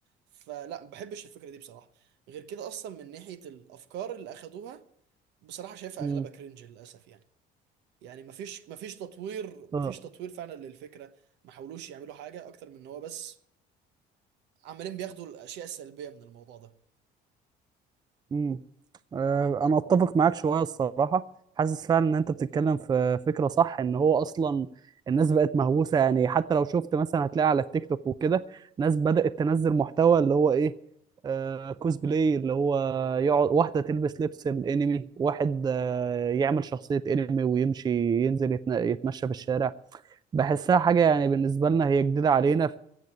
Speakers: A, on the right (about 80°); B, on the right (about 25°).
A: فلا ما بحبش الفكره دي بصراحه غير كده اصلا من ناحيه الافكار اللي اخدوها بصراحه شايفها
B: مم.
A: اغلبها كرنج للاسف يعني يعني ما فيش ما فيش تطوير ما
B: اه
A: فيش تطوير فعلا للفكره ما حاولوش يعملوا حاجه اكتر من ان هو بس عمالين بياخدوا الاشياء السلبيه من الموضوع ده
B: مم. آه، انا اتفق معاك شويه الصراحه حاسس فعلا ان انت بتتكلم في فكره صح ان هو اصلا الناس بقت مهووسه يعني حتى لو شفت مثلا هتلاقي على التيك توك وكده ناس بدات تنزل محتوى اللي هو ايه آه كوسبلاي اللي هو يقعد واحده تلبس لبس الانمي واحد آه يعمل شخصيه انمي ويمشي ينزل يتن- يتمشى في الشارع بحسها حاجه يعني بالنسبه لنا هي جديده علينا